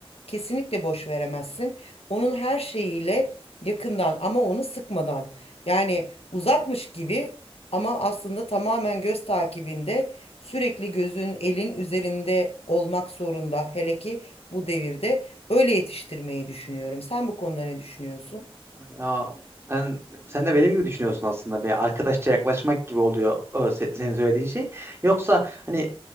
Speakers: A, on the left; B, on the right.
A: Kesinlikle boş veremezsin. Onun her şeyiyle yakından ama onu sıkmadan. Yani uzakmış gibi ama aslında tamamen göz takibinde sürekli gözün elin üzerinde olmak zorunda. Hele ki bu devirde öyle yetiştirmeyi düşünüyorum. Sen bu konuda ne düşünüyorsun?
B: Ya sen sen de benim gibi düşünüyorsun aslında. Bir arkadaşça yaklaşmak gibi oluyor o se- senin söylediğin şey. Yoksa hani